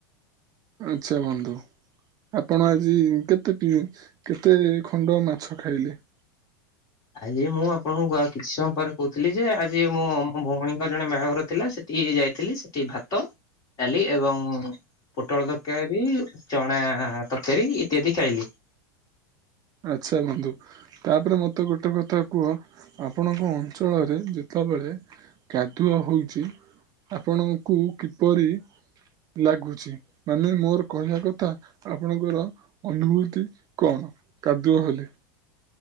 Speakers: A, on the right; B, on the left.
A: ଆଚ୍ଛା ବନ୍ଧୁ। ଆପଣ ଆଜି କେତେ ପି କେତେ ଖଣ୍ଡ ମାଛ ଖାଇଲେ?
B: ଆଜି ମୁଁ ଆପଣଙ୍କୁ ଆ କିଛି ସମୟ ପରେ କହୁଥିଲି ଯେ ଆଜି ମୋ ଭଉଣୀଙ୍କ ଜଣେ ବାହାଘର ଥିଲା ସେ ଠିକି ଯାଇଥିଲି ସେଠି ଭାତ ଡାଲି ଏବଂ ପୋଟଳ ତରକାରୀ, ଚଣା ତରକାରୀ ଇତ୍ୟାଦି ଖାଇଲି।
A: ଆଚ୍ଛା ବନ୍ଧୁ। ତାପରେ ମୋତେ ଗୋଟେ କଥା କୁହ ଆପଣଙ୍କ ଅଞ୍ଚଳରେ ଯେତେବେଳେ କାଦୁଅ ହଉଚି ଆପଣଙ୍କୁ କିପରି ଲାଗୁଛି ମାନେ ମୋର କହିବା କଥା ଆପଣଙ୍କର ଅନୁଭୂତି କଣ କାଦୁଅ ହେଲେ?